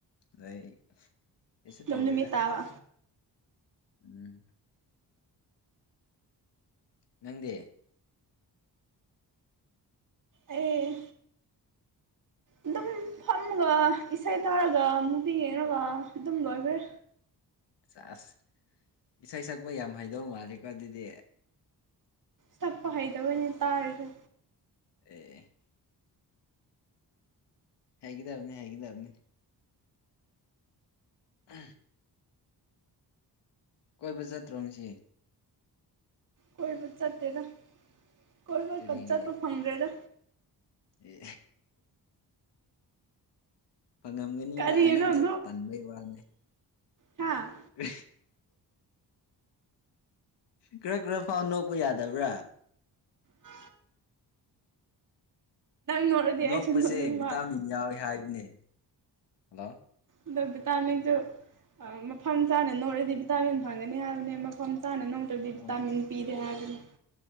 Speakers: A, on the left; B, on the right.
A: ꯂꯩ ꯀꯩꯁꯨ
B: ꯗꯨꯝ
A: ꯇꯧꯗꯦꯗ
B: ꯅꯨꯃꯤꯠ ꯇꯥꯕ
A: ꯎꯝ ꯅꯪꯗꯤ
B: ꯑꯩ ꯑꯗꯨꯝ ꯐꯝꯃꯒ ꯏꯁꯩ ꯇꯥꯔꯒ ꯃꯨꯕꯤ ꯌꯦꯡꯉꯒ ꯑꯗꯨꯝ ꯂꯣꯏꯈ꯭ꯔꯦ
A: ꯑꯥꯁ ꯏꯁꯩ ꯁꯛꯄ ꯌꯥꯝ ꯍꯩꯗꯧ ꯃꯥꯜꯂꯦꯀꯣ ꯑꯗꯨꯗꯤ
B: ꯁꯥꯛꯄ ꯍꯩꯇꯕꯒꯤ ꯇꯥꯔꯤꯁꯦ
A: ꯑꯦ ꯍꯩꯒꯗꯕꯅꯤ ꯍꯥꯏꯒꯗꯕꯅꯤ ꯎ ꯀꯣꯏꯕ ꯆꯠꯇ꯭ꯔꯣ ꯉꯥꯁꯤ
B: ꯀꯣꯏꯕꯨ ꯆꯥꯇꯦꯗ ꯀꯣꯏ ꯕꯒꯥ
A: ꯀꯔꯤꯒꯤ
B: ꯆꯠꯄ ꯐꯥꯗꯦꯗ
A: ꯑꯦ ꯐꯪꯉꯝꯒꯅꯤꯗ
B: ꯀꯔꯤꯅꯣ
A: ꯅꯪ ꯆꯠ ꯠꯟꯕꯩ ꯋꯥꯅꯦ
B: ꯍꯥꯥ
A: ꯀ ꯈꯔ ꯈꯔ ꯐꯥꯎ ꯅꯣꯛꯄ ꯌꯥꯗꯕ꯭ꯔꯥ
B: ꯑ ꯅꯣꯛꯔꯗꯤ
A: ꯅꯣꯛꯄꯁꯦ
B: ꯑꯩꯁꯨ ꯅꯣꯛꯅꯤꯡꯕ
A: ꯚꯤꯇꯥꯃꯤꯟ ꯌꯥꯎꯋꯏ ꯍꯥꯏꯕꯅꯦ ꯍꯜꯂꯣ
B: ꯑꯗꯣ ꯕꯤꯇꯃꯤꯟꯁꯨ ꯃꯐꯝ ꯆꯥꯅ ꯅꯧꯔꯗꯤ ꯚꯤꯇꯥꯃꯤꯟ ꯐꯪꯒꯅꯤ ꯍꯥꯏꯕꯅꯦ ꯃꯐꯝ ꯆꯥꯅ ꯑꯗꯨꯗꯤ
A: ꯑꯣ
B: ꯚꯇꯝꯤꯟ ꯄꯤꯗꯦ ꯍꯥꯏꯕꯅꯦ